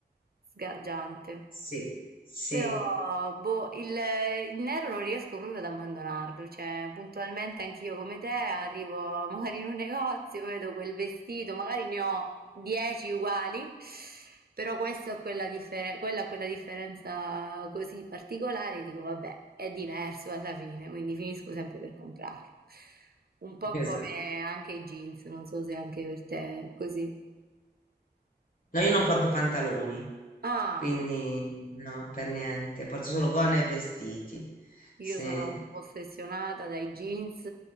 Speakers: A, on the right; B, on the left.
A: sgargiante.
B: Sì, sì,
A: Però, boh, il, il nero non riesco proprio ad abbandonarlo, cioè puntualmente anch'io come te arrivo magari in un negozio, vedo quel vestito, magari ne ho 10 uguali, però questo ha quella, differ- quella ha quella differenza così particolare, dico vabbè, è diverso alla fine, quindi finisco sempre per comprarlo. Un po'
B: esatto.
A: come anche i jeans, non so se anche per te è così.
B: No, io non porto pantaloni,
A: Ah.
B: quindi no, per niente. Porto solo gonna e vestiti.
A: Io
B: Sì.
A: sono
B: Eh.
A: ossessionata dai jeans,